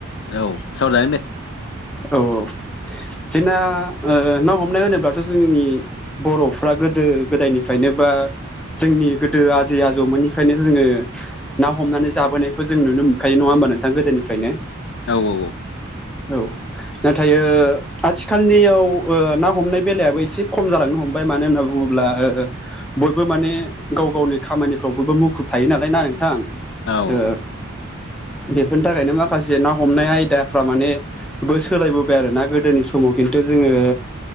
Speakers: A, on the left (about 60°); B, in the centre.
A: औ सावराय जागोन दे।
B: औ औ दिना ओ, ना हमनाय होनोब्लाथ' जोंनि बर'फ्रा गोदो गोदायनिफ्रायनो बा जोंनि गोदो आजै आजौमोननिफ्रायनो जोङो ना हमनानै जाबोनायखौ जों नुनो मोनखायो नङा होमबा नोंथां गोदोनिफ्रायनो।
A: औ औ औ।
B: औ नाथाय ओ आथिखालनियाव ओ ना हमनाय बेलायाबो एसे खम जालांनो हम बाय मानो होनना बुङोब्ला ओ बयबो माने गाव गावनि खामानिफ्राव बयबो मुखुब थायो नालाय ना नोंथां?
A: औ
B: ओ बेफोरनि थाखायनो माखासे ना हमनाय आयदाफ्रा माने बो सोलायबोबाय आरो ना गोदोनि समाव खिन्थु जोङो